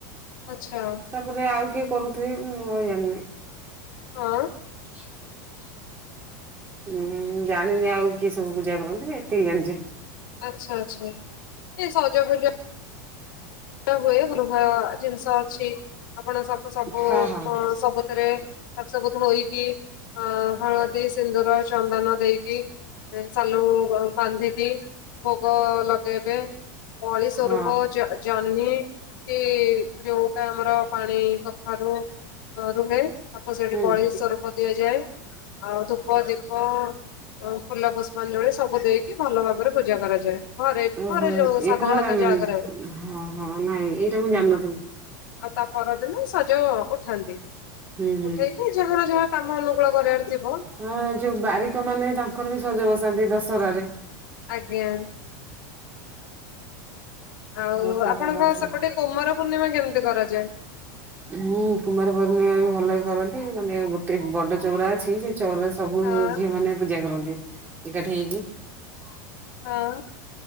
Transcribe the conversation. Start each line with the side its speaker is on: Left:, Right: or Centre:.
Left: ଆଚଛା।
Right: ତାପରେ ଆଉ କିଏ କରୁଥିବେ ମୁଁ ଆଉ ଜାଣିନି।
Left: ହଁ।
Right: <inaudible> ଉୁଁ ଜାଣିନି ଆଉ କିଏ ସବୁ ପୂଜା କରନ୍ତି ଏତିକି ଜାଣିଛି।
Left: ଆଚ୍ଛା ଆଚ୍ଛା। ସଜ ପୁଜା ହୁଏ, ଗୃହ ଜିନିଷ ଅଛି, ଆପଣ ସବୁ ସବୁ
Right: ହଁ ହଁ।
Left: ସବୁଥିରେ ତା ସବୁ ଧୋଇକି ଅ ହଳଦୀ ସିନ୍ଦୁର ଚନ୍ଦନ ଦେଇକି ସାଲୁ ବାନ୍ଧିକି ଭୋଗ ଲଗେଇବେ ବଳି ସ୍ଵରୂପ
Right: ହଁ
Left: ଜ-ଜହ୍ନି କି ଯୋଉଟା ଆମର ପାଣି କଖାରୁ ରୁହେ ତାକୁ ସେଠି
Right: ହୁଁ
Left: ବଳି ସଵରୂପ ଦିଆଯାଏ। ଆଉ ଧୂପ ଦୀପ ଫୁଲ ପୁଷ୍ପାଞ୍ଜଳି ସବୁ ଦେଇକି ଭଲ ଭାବରେ ପୂଜା କରାଯାଏ। ଘରେ ଏଠି
Right: ଓହୋ
Left: ଘରେ ଯୋଉ ସାଧାରଣତଃ
Right: ଏ ଘର
Left: ଜାଗାରେ ଆ
Right: ହଁ ହଁ ନାଇଁ ଏଇଟା ମୁଁ ଜାଣିନଥିଲି।
Left: ଆଉ ତା ପରଦିନ ସଜ ଉଠାନ୍ତି।
Right: ହୁଁ ହୁଁ।
Left: ଉଠେଇକି ଯାହାର ଯାହା କାମ ଅନୁକୂଳ କରିବାର ଥିବ
Right: ହଁ ଯୋଉ ବାରିକ ମାନେ ତାଙ୍କର ବି ସଜ ବାସନ୍ତୀ ଦଶହରା ରେ
Left: ଆଜ୍ଞା। ଆଉ
Right: ଦଶହରାରେ
Left: ଆପଣଙ୍କ
Right: ଆସିବ
Left: ସେପଟେ କୁମାର ପୂର୍ଣ୍ଣିମା କେମିତି କରାଯାଏ?
Right: ହୁଁ କୁମାର ପର୍ଣ୍ଣିମା ବି ଭଲ କରନ୍ତି ମାନେ ଗୋଟେ ବଡ ଚଉରା ଅଛି ସେ ଚଉରା ସବୁ
Left: ହଁ
Right: ଝିଅ ମାନେ ପୂଜା କରନ୍ତି। ଏକାଠି ହେଇକି।
Left: ହଁ।